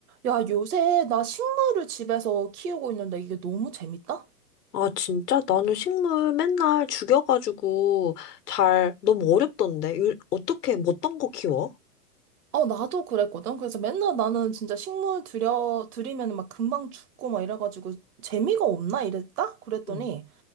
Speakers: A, on the right; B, on the left.
A: 야, 요새 나 식물을 집에서 키우고 있는데 이게 너무 재밌다?
B: 아, 진짜? 나는 식물 맨날 죽여가지고 잘, 너무 어렵던데. 요- 어떻게, 뭐 어떤 거 키워?
A: 어, 나도 그랬거든. 그래서 맨날 나는 진짜 식물 들여, 들이면 막 금방 죽고 막 이래가지고 재미가 없나 이랬다? 그랬더니,
B: 응.